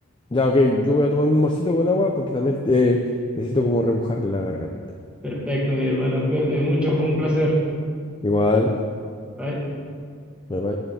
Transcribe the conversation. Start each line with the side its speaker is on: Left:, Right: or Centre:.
Left: Ya, ok, yo voy a tomar un vasito con agua porque también eh, necesito como remojar la garganta.
Centre: Perfecto, mi hermano, cuídate mucho, fue un placer.
Left: Igual,
Centre: Bye.
Left: me va.